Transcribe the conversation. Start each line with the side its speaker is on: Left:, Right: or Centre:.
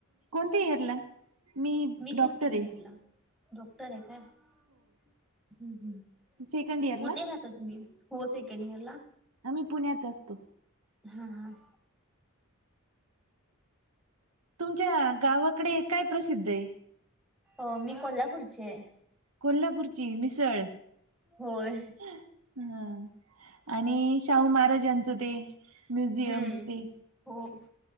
Right: कोणत्या ईयरला मी
Centre: सेकंड
Right: डॉक्टर ए.
Centre: इयरला. डॉक्टर आहे काय हम् हम्म
Right: सेकंड इयरला
Centre: कुठे राहता ता तुम्ही, हो सेकंड ईअरला.
Right: आम्ही पुण्यात असतो.
Centre: हम् हम
Right: तुमच्या गावाकडे काय प्रसिद्ध हाय.
Centre: अ मी कोल्हापूरची हाय.
Right: कोल्हापूरची मिसळ,
Centre: होय.
Right: हा आणि शाहू महाराज्यांच ते म्युझियम
Centre: हम्म
Right: ते
Centre: हो.